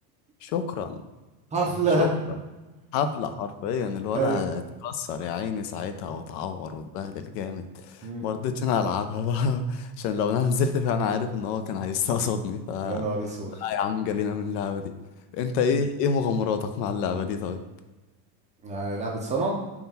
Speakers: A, on the left (about 80°); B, on the right (about 15°).
A: شكرا
B: حفله
A: شكرا حفلة حرفيا الولا
B: <laughs> ايوه
A: اتكسر يا عيني ساعتها واتعور واتبهدل جامد
B: امم
A: ما رضيتش انا العبها بقى <laughs> عشان لو انا نزلت فيها انا عارف ان هو كان هيستقصدني ف
B: يا نهار اسوخ
A: لا يا عم جالينا من اللعبة دي انت ايه ايه مغامراتك مع اللعبة دي طيب
B: يعني لعبة صنم